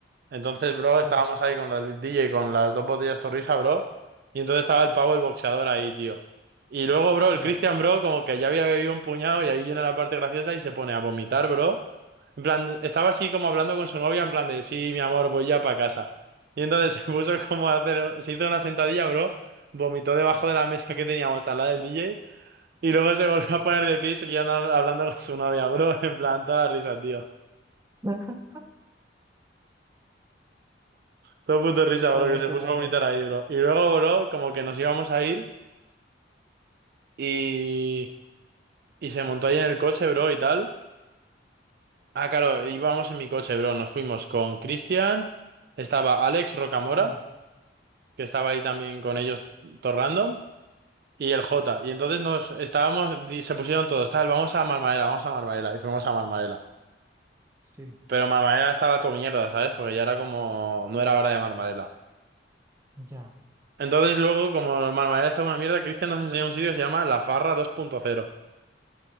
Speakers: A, on the right (about 55°); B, on the right (about 15°).
A: entonces, bro,
B: sí,
A: estábamos ahí con el DJ con las dos botellas Torrisa, bro. Y entonces estaba el pavo, el boxeador ahí, tío. Y luego, bro, el
B: ya,
A: Christian, bro, como que ya había bebido un puñado y ahí viene la parte graciosa y se pone a vomitar, bro. En plan, estaba así como hablando con su novia, en plan de, sí, mi amor, voy ya para casa. Y entonces <laughs> se puso como a hacer, se hizo una sentadilla, bro. Vomitó debajo de la mesa
B: ajá,
A: que teníamos al lado del DJ. Y luego se volvió a poner de pie y seguía andando- hablando con su novia, bro. <laughs> En plan, toda risa, tío.
B: <laughs>
A: Todo el mundo risa,
B: joder,
A: bro, que se
B: qué
A: puso
B: guapo,
A: a vomitar ahí, bro. Y luego, bro, como que nos íbamos a ir y, y se montó ahí en el coche, bro, y tal. Ah, claro, íbamos en mi coche, bro. Nos fuimos con Cristian, estaba Alex Rocamora,
B: sí,
A: que estaba ahí también con ellos, todo random, y el Jota. Y entonces nos estábamos, di- se pusieron todos, tal, vamos a Marmarela, vamos a Marmarela. Y fuimos a Marmarela.
B: sí,
A: Pero Marmarela estaba todo mierda, ¿sabes? Porque ya era como, no era hora de Marmarela.
B: ya,
A: Entonces luego, como Marmarela estaba una mierda, Cristian nos enseñó un sitio que se llama La Farra dos punto cero